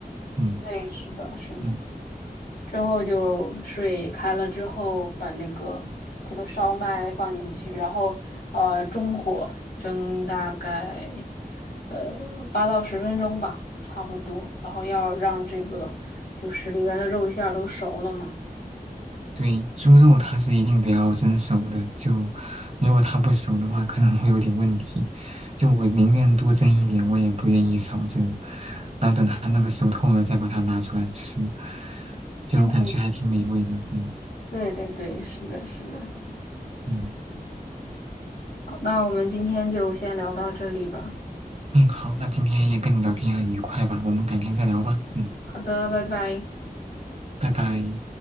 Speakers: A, on the right (about 45°); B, on the left (about 80°).
A: 嗯
B: 对，是的，是的。
A: 嗯。
B: 之后就水开了之后，把那个这个烧麦放进去，然后呃中火蒸大概呃八到十分钟吧，差不多。然后要让这个就是里边的肉馅儿都熟了嘛。
A: 对，猪肉它是一定得要蒸熟的，就如果它不熟的话，可能会有点问题。就我宁愿多蒸一点，我也不愿意少蒸。然后等它那个熟透了，再把它拿出来吃，就感觉还挺美味的。
B: 嗯，
A: 嗯
B: 对对对，是的，是的。
A: 嗯
B: 好，那我们今天就先聊到这里吧。
A: 嗯，好，那今天也跟你聊天很愉快吧，我们改天再聊吧。嗯，
B: 好的，拜拜。
A: 拜拜。